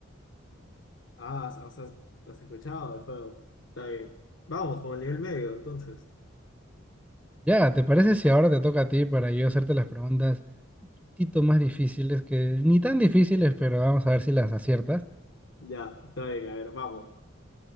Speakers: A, on the left (about 65°); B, in the centre.
A: Ah, o sea, has escuchado el juego. Está bien. Vamos, con el nivel medio, entonces.
B: Ya, ¿te parece si ahora te toca a ti para yo hacerte las preguntas un poquitito más difíciles, que ni tan difíciles, pero vamos a ver si las aciertas?
A: Ya, está bien, a ver, vamos.